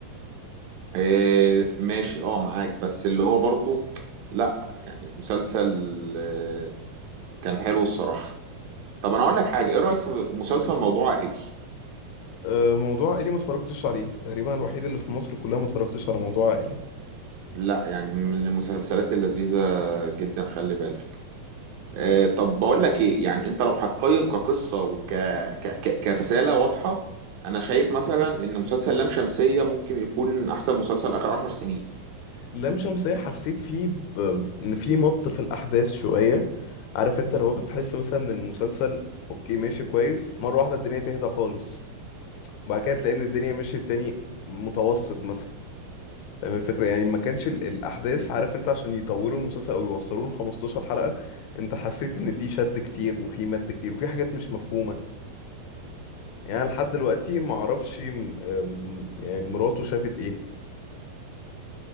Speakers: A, on the right; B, on the left.
A: إيه، ماشي اه معاك بس اللي هو برضو لا يعني مسلسل آه، كان حلو الصراحة طب انا اقول لك حاجة ايه رأيك في مسلسل موضوع عائلي
B: آه، موضوع عائلي ما اتفرجتش عليه تقريبا الوحيد اللي في مصر كلها ما اتفرجتش على موضوع عائلي
A: لا يعني من المسلسلات اللذيذة جدا خلي بالك آه طب بقول لك ايه يعني انت لو هتقيم كقصة وك ك... ك... كرسالة واضحة انا شايف مثلا ان مسلسل لام شمسية ممكن يكون احسن مسلسل اخر عشر سنين
B: لام شمسية حسيت فيه ب... ان في مط في الاحداث شوية عارف انت لو بتحس مثلا ان المسلسل اوكي ماشي كويس مرة واحدة الدنيا تهدى خالص وبعد كده تلاقي ان الدنيا مشيت تاني متوسط مثلا فاهم الفكرة يعني ما كانش ال... الاحداث عارف انت عشان يطولوا المسلسل او يوصلوا ل 15 حلقة انت حسيت ان في شد كتير وفي مد كتير وفي حاجات مش مفهومة يعني أنا لحد دلوقتي ما اعرفش م... أم- يعني مراته شافت ايه